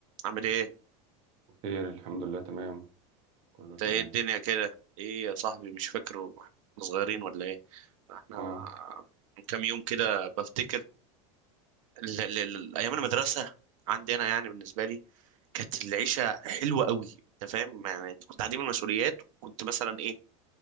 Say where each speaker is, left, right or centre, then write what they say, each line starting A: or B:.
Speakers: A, on the right; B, on the right.
A: عامل ايه
B: خير الحمد لله تمام كله
A: انت
B: تمام
A: ايه الدنيا كده ايه يا صاحبي مش فاكره احنا صغيرين ولا ايه احنا
B: اه
A: من كام يوم كده بفتكر ال- ال- ال- ايام المدرسه عندي انا يعني بالنسبه لي كانت العيشه حلوه قوي انت فاهم يعني انت كنت عديم المسؤوليات كنت مثلا ايه